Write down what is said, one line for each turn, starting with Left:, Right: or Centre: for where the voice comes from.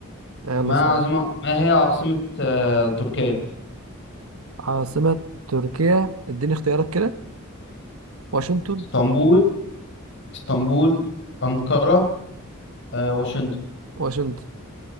Right: يلا
Left: ما
Right: سؤال
Left: عاصمه ما هي عاصمه أه تركيا
Right: عاصمة تركيا اديني اختيارات كده واشنطن
Left: اسطنبول اسطنبول أنقرة آه، واشنطن
Right: واشنطن